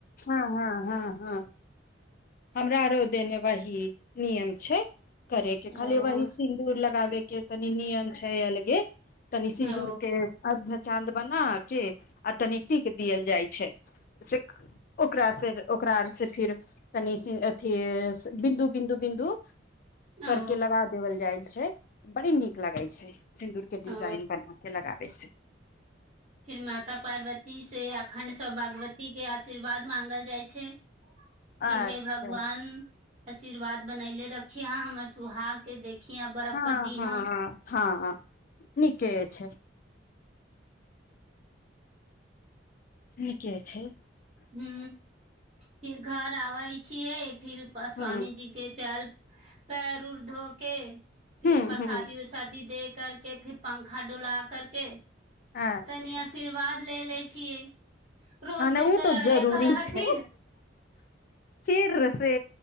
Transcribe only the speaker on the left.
हँ हँ हँ हँ हमरा आरो देने वही नियम छै करेके
खाली वही सिन्दूर लगाबे क त नि निम छैयलगे तनी सिन्दूर
के अ चाँद बना के आ तनिकटी के दियल जाइ छै से ओकरा से ओकरार से फिर तनीथ बिन्दु बिन्दु बिन्दु करके
लगा देबल जाए छै बड़ी नीक लगै छै सिन्दूर के डिजाइन
बना के लगाबे से
अच्छा
हँ
हँ हँ नीके छै नीक छै
ह
ह
ह
अच्छा
ह नहि
ओ
त
जरूरी
छै फेर से